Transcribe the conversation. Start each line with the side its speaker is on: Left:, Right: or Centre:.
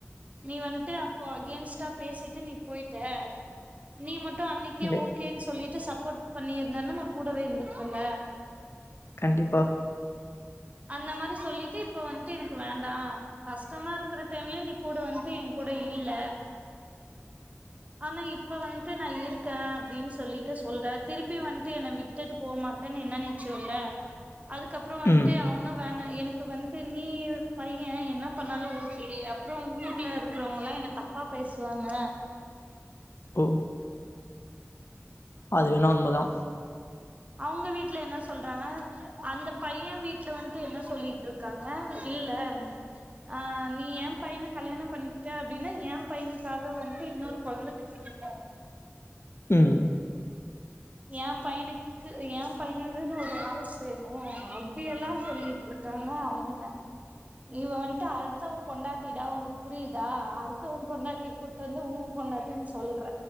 Right: நீ வந்துட்டு அப்போ அகேன்ஸ்டா பேசிட்டு நீ போயிட்ட நீ மட்டும் அன்னைக்கே
Left: கண்டிப்பா.
Right: ஓகேனு சொல்லிட்டு சப்போர்ட் பண்ணியிருந்தன்னா நான் கூடவே இருந்திருப்பல்ல
Left: கண்டிப்பா
Right: அந்த மாதிரி சொல்லிட்டு இப்ப வந்துட்டு எனக்கு வேண்டாம் கஷ்டமா இருக்கற டைம்ல நீ கூட வந்துட்டு என் கூூட இல்ல ஆனா இப்ப வந்துட்டு நான் இருக்கேன் அப்டின்னு சொல்லிட்டு சொல்ற திருப்பி வந்துட்டு என்னை விட்டுட்டு போகமாட்டேன்னு என்ன நிச்சயோல்ல அதுக்கப்பற வந்துட்டு
Left: ம்.
Right: அவனு வேணா எனக்கு வந்து நீ பையன் என்ன பண்ணாலு ஓகே அப்பற ஊர்ல இருக்கிறவங்கல்லா என்ன தப்பா பேசுவாங்க
Left: ஓ அது வேணா உண்மைதா
Right: அவுங்க வீட்டு்ல என்ன சொல்றாங்க அந்த பையன் வீட்டுல வந்துட்டு என்ன சொல்லிட்டு இருக்காங்க இல்ல ம் ஆ நீ ஏ பையனை கல்யாண பண்ணிட்டே அப்டின்னா ஏ பையனுக்காக வந்துட்டு இன்னொரு குழந்தை பெத்துக்கனு
Left: ம்
Right: யா பையனு க்கு பையனுதுன்னு ஒரு வாரம் செய்யணும் அப்டியெல்லாம் சொல்லிட்டு இருக்காங்க அவுங்க இவ வந்துட்டு அடுத்தவ பொண்டாட்டிடா உனக்கு புரியுதா அடுத்தவன் பொண்டாட்டி கூட் டு வந்து ஊன் போண்ணாட்டின்னு சொல்ற